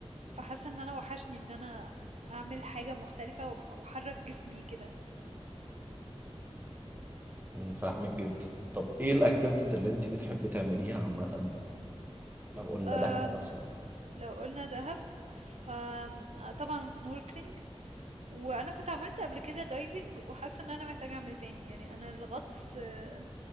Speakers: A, on the right; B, on the right.
A: فحاسه ان انا وحشني ان انا اعمل حاجه مختلفه وأبقى- واحرك جسمي كده
B: أمم، فاهمك جدا طب ايه الاكتيفيتيز اللي انت بتحبي تعمليها عامة لو قلنا
A: فاهمني
B: دهب مثلا
A: لو قلنا دهب فطبعا سنوركلينج وانا كنت عملت قبل كده دايفنج وحاسه ان انا محتاجه اعمل تاني يعني انا الغطس آه،